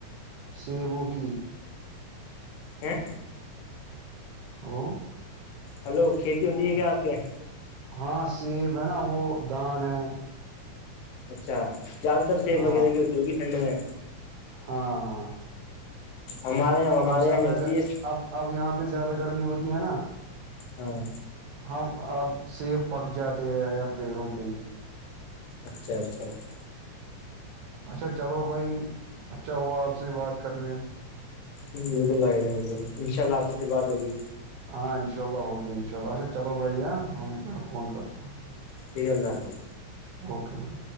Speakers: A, on the right; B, on the left.
A: سیبوں کی
B: ہے
A: ہلو
B: ہلو کھیتی ہوتی ہے کیا آپ کے یہاں
A: ہاں سیب ہے نا وہ دان ہے
B: اچھا زیادہ تر سیب
A: ہاں
B: وغیرہ کی ہوتی ہوگی ٹھنڈی میں
A: ہاں ہاں
B: ہمارے یہاں ہمارے
A: اب زیادہ
B: یہاں نہیں ہوتی ہے
A: اب اب یہاں پہ زیادہ گرمی ہوتی ہے نا
B: ہاں
A: ہم اب سیب پک جاتے ہیں یار پیڑوں پہ ہی
B: اچھا اچھا اچھا
A: اچھا چلو بھائی اچھا ہوا آپ سے بات کرنے
B: جی بالکل بھائی جان بالکل انشاء اللہ آپ سے پھر بات ہوگی
A: ہاں انشاء اللہ ہوگی انشاء اللہ اچھا چلو بھائی ہم میں فون کاٹتا ہوں
B: ٹھیک ہے اللہ حافظ
A: اوکے برو